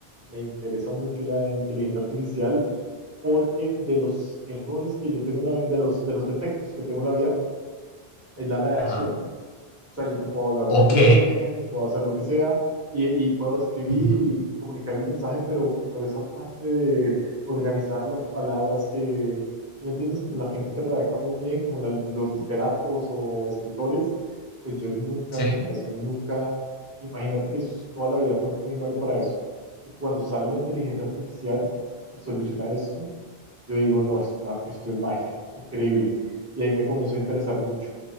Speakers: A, on the right (about 15°); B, on the left (about 80°).
A: me interesa mucho la inteligencia artificial porque de los errores que yo tengo en la vi- de los, de los defectos que tengo en la vida, es la redacción.
B: ajá,
A: O sea, yo te puedo hablar
B: ok,
A: muy bien, puedo hacer lo que sea y, y puedo escribir
B: ujú,
A: y comunicar el mensaje, pero, pero esa parte de organizar las palabras que, ¿sí ¿me entiendes? Como la gente que redacta muy bien, como la- los literatos o escritores, pues yo nunca
B: sí.
A: tenía eso, nunca, imagínate que s- toda la vida fue muy malo para eso. Y cuando sale la inteligencia artificial y soluciona esto, yo digo, no, esta- esto es magia, increíble. Y ahí me comenzó a interesar mucho.